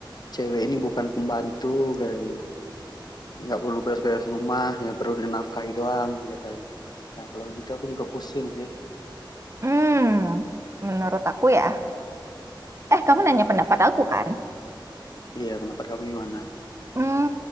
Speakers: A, on the left (about 55°); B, on the right (about 35°).
A: cewek ini bukan pembantu kayaknya. Nggak perlu beres-beres rumah, ya perlu dinafkahi doang katanya. nah kalau gitu aku juga pusing sih.
B: Hmm, menurut aku ya. Eh, kamu nanya pendapat aku kan?
A: Iya, pendapat kamu gimana?
B: Hmm,